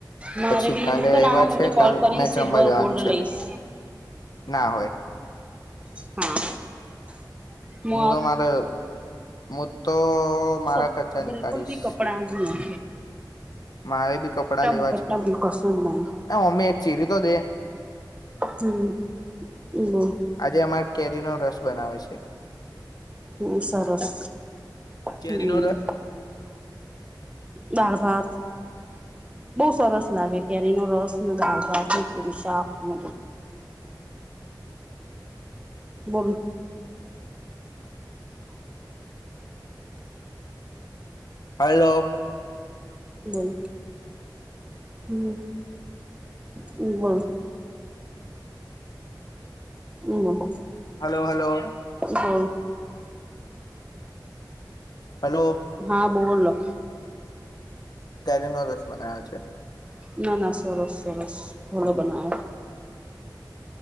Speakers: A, on the right (about 15°); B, on the left (about 55°).
A: મારે
B: પછી
A: બી
B: કાલે
A: હું તો
B: રવિવાર
A: ના હું
B: છે
A: તો કોલ
B: કાલ
A: કરીન
B: મેચ
A: સિલ્વર
B: રમવા જવાનું
A: ગોલ્ડ
B: છે
A: લઈશ
B: ના હોય
A: હા
B: હું તો મારે હું તો મારા
A: <unintelligible>
B: ખર્ચા
A: બિલકુલ
B: નીકાળીશ
A: બી કપડા જ ના
B: મારે બી કપડાં લેવા
A: બુપટ્ટા
B: છે
A: હું કશું જ નહીં
B: એ મમ્મી એક ચીરી તો દે
A: હમ એ બોલ
B: આજે અમારે કેરીનો રસ બનાવે છે
A: હમ સરસ
B: કેરીનો
A: હમ
B: રસ
A: દાળ ભાત બઉ સરસ લાગે કેરી નો રસ ને દાળ ભાત ને શાક હમ બોલ
B: હલો
A: બોલ હમ હમેબોલ <unintelligible>
B: હલો હલો હલો
A: હા બોલો
B: કેરી નો રસ બનાયો છે
A: ના ના સરસ સરસ ભલો બના